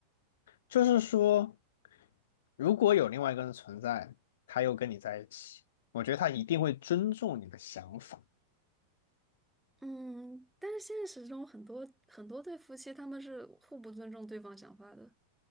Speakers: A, on the left; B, in the centre.
A: 就是说，如果有另外一个人存在，他又跟你在一起，我觉得他一定会尊重你的想法。
B: 嗯，但是现实中很多很多对夫妻他们是互不尊重对方想法的。